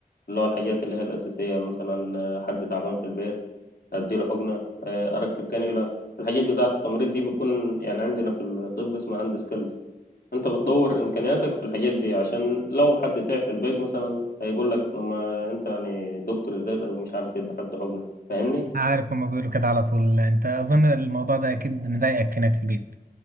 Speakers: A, on the left; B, on the right.
A: اللي هو الحاجات اللي هي الاساسيه مثلا آه، حد تعبان في البيت اديله حقنه آه، اركب كانيولا الحاجات بتاعه التمريض دي بتكون يعني عندنا في الطب اسمها هاند سكيلز انت بتطور امكانياتك في الحاجات دي عشان لو حد تعب في البيت مثلا هيقول لك لما انت يعني دكتور ازاي ومش عارف تدي حد حقنه فاهمني
B: عارف هما بيقولوا كده على طول أنت أظن الموضوع ده أكيد مضايقك هناك في البيت